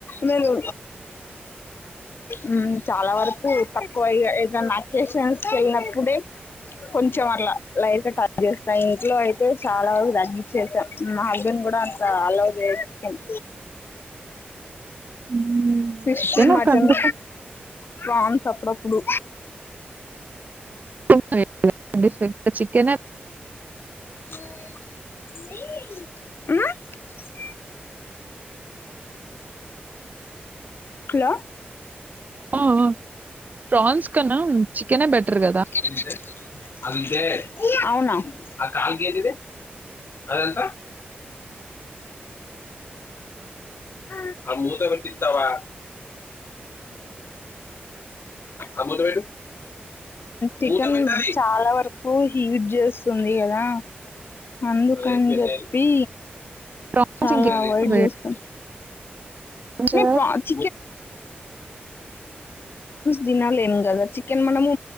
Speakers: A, on the left; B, on the right.
A: లేదు యూ చాలా వరకు తక్కువై ఏదన్నా అకేషన్స్ కి వెళ్ళినప్పుడే కొంచెం అట్ల లైట్ టచ్ చేస్తా ఇంట్లో అయితే చాలా వరకు తగ్గించేసాం మా హస్బెండ్ కూడా అంత అల్లో చే చికెన్
B: హ్మ్.
A: ఫిష్
B: చికెన్
A: మటన్
B: ఒకందుకు
A: ప్రాన్స్ అప్పుడప్పుడు
B: <unintelligible> చికెన్
A: యూ హలో
B: ఆ ఆ ప్రాన్స్ కన్నా చికెనే బెటర్ కదా
A: అంటే అంటే అవునా ఆ కాాలకి ఏదది అ ఎంత హా అంటే చికెన్ చాలా వరకు హీట్ చేస్తుంది కదా అందుకని చెప్పి
B: ప్రాన్స్
A: చాలా
B: ఇంకెక్కువ
A: అవాయిడ్ చేస్తాం
B: వేయడానికి
A: ప్రాన్స్ తిన్నలేము కదా చికెన్ మనము